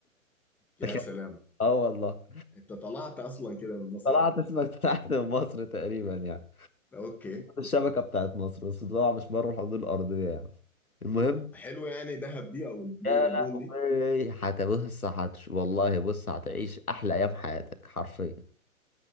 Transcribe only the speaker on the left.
<laughs>
اه والله
طلعت
اسمك طلعت من مصر تقريبا يعني
الشبكه بتاعت مصر بس طبعا مش بره الحدود الارضيه يعني المهم
يا
لهوي
هتبص هتش والله بص هتعيش احلى ايام حياتك حرفيا